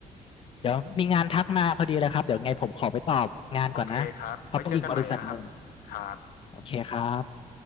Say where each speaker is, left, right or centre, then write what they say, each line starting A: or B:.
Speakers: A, on the left; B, on the left.
A: เดี๋ยวมีงานทักมาพอดีเลยครับเดี๋ยวไงผมขอไปตอบงานก่อนนะเขาเป็นอีกบริษัทหนึ่ง
B: โอเคครับ ไว้เจอกันใหม่นะครับ ครับ
A: โอเคครับ